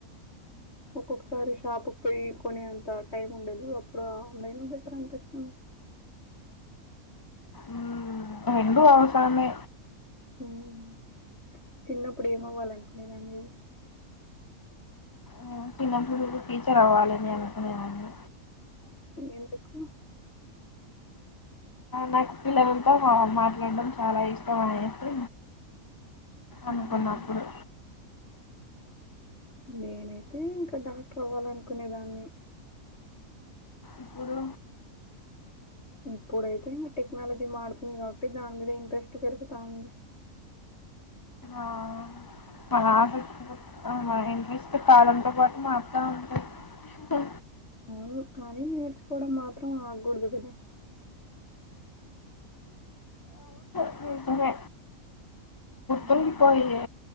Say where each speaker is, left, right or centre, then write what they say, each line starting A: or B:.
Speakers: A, on the left; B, on the left.
A: ఒక్కొక్కసారి షాప్ కు పోయి కొనే అంత టైమ్ ఉండదు అప్పుడు ఆన్లైన్ లో బెటర్ అనిపిస్తుంది.
B: మ్మ్ రెండు అవసరమే
A: ఉమ్ చిన్నప్పుడు ఏమవ్వాలనుకునేదండి
B: నేను చిన్నప్పుడు టీచర్ అవ్వాలిని అనుకునేదాన్ని
A: ఎందుకు?
B: నాకు పిల్లలతో మా మాట్లాడడం చాలా ఇష్టం అయితే
A: హ్మ్.
B: అనుకున్నప్పుడు
A: నేనైతే ఇంకా డాక్టర్ అవ్వాలనుకునేదాన్ని
B: ఇప్పుడు
A: ఇప్పుడైతే ఇంకా టెక్నాలజీ వాడుతుంది కాబట్టి దాని మీద ఇంట్రెస్ట్ పెరుగుతా ఉంది.
B: ఆ మన ఆసక్తి మన ఇంట్రెస్ట్ కాలంతో పాటు మరిత ఉంటాయి. హా
A: అవును కానీ నేర్చుకోవడం మాత్రం ఆగకూడదు కదా
B: ఉమ్ సరే
A: హ్మ్.
B: తరిగిపోయే